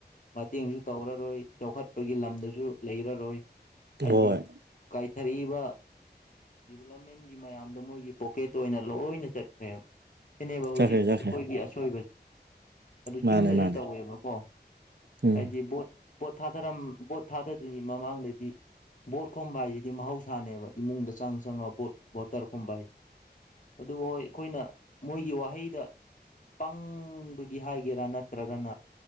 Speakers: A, on the left (about 45°); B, on the right (about 70°).
A: ꯃꯇꯦꯡꯖꯨ ꯇꯧꯔꯔꯣꯏ ꯆꯥꯎꯈꯠꯄꯒꯤ ꯂꯝꯗꯖꯨ ꯂꯩꯔꯔꯣꯏ ꯍꯥꯏꯗꯤ
B: ꯍꯣꯏ
A: ꯀꯥꯏꯊꯔꯛꯏꯕ ꯗꯤꯚꯂꯞꯃꯦꯟꯒꯤ ꯃꯌꯥꯝꯗꯣ ꯃꯣꯏꯒꯤ ꯄꯣꯀꯦꯠꯇ ꯑꯣꯏꯅ ꯂꯣꯏꯅ ꯆꯠꯈ꯭ꯔꯦ ꯁꯤꯅꯦꯕ ꯍꯧꯖꯤꯛ
B: ꯆꯠꯈ꯭ꯔꯦ ꯆꯠꯈ꯭ꯔꯦ
A: ꯑꯩꯈꯣꯏꯒꯤ ꯑꯁꯣꯏꯕꯁꯦ ꯑꯗꯨ
B: ꯃꯥꯅꯦ
A: ꯆꯤꯡꯗꯖꯨ
B: ꯃꯥꯅꯦ
A: ꯇꯧꯋꯦꯕꯀꯣ
B: ꯎꯝ
A: ꯍꯥꯏꯗꯤ ꯕꯣꯠ ꯕꫭꯠ ꯊꯥꯗꯔꯝ ꯕꫭꯠ ꯊꯥꯗꯗ꯭ꯔꯤꯉꯤ ꯃꯃꯥꯡꯗꯗꯤ ꯕꯣꯠ ꯈꫭꯝꯕ ꯍꯥꯏꯖꯤꯗꯤ ꯃꯍꯧꯁꯥꯅꯦꯕ ꯏꯃꯨꯡꯗ ꯆꯪ ꯆꯪꯉꯒ ꯕꯣꯠ ꯕꯣꯇꯔ ꯈꫭꯝꯕ ꯍꯥꯏꯁꯤꯗꯤ ꯑꯗꯨꯕꯨ ꯍꫭꯏ ꯑꯩꯈꯣꯏꯅ ꯃꯣꯏꯒꯤ ꯋꯥꯍꯩꯗ ꯄꯪꯕꯒꯤ ꯍꯥꯏꯒꯦꯔꯥ ꯅꯠꯇ꯭ꯔꯒꯅ